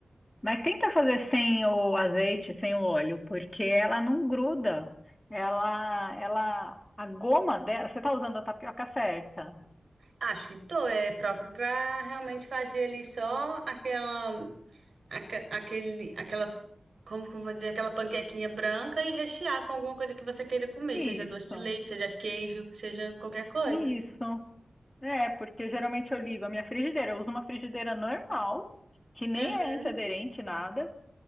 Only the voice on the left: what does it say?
mas tenta fazer sem o azeite, sem o óleo, porque ela não gruda. Ela, ela, a goma dela, você tá usando a tapioca certa.
Isso,
isso. É, porque geralmente eu ligo a minha frigideira, eu uso uma frigideira normal, que nem
é antiaderente, nada.